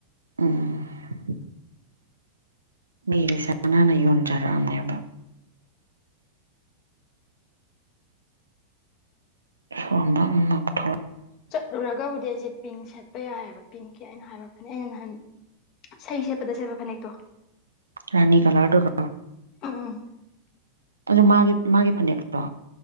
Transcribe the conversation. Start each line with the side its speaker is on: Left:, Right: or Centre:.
Right: ꯎꯝ ꯃꯤ ꯂꯤꯁꯅꯥꯅ ꯌꯣꯟꯖꯔꯛꯑꯝꯅꯦꯕ ꯁꯥꯔꯝꯗꯧ ꯃꯊꯥ
Left: ꯆꯠꯂꯨꯔꯒꯕꯨꯗꯤ ꯑꯩꯖꯦ ꯄꯤꯡ ꯁꯦꯠ ꯄꯥ ꯌꯥꯏꯌꯦꯕ ꯄꯤꯡꯀꯤ ꯑꯩꯅ ꯍꯥꯏꯕ ꯐꯅꯦꯛ ꯑꯩꯅ ꯅꯍꯥꯟ ꯏꯁꯩ ꯁꯦꯠꯄꯗ ꯁꯦꯠꯄ ꯐꯅꯦꯛꯇꯣ
Right: ꯔꯥꯅꯤ ꯀꯂꯔꯗꯨꯔꯣ
Left: ꯑꯧꯑꯧ
Right: ꯑꯗꯣ ꯃꯥꯒꯤ ꯃꯥꯒꯤ ꯐꯅꯦꯛꯂꯣ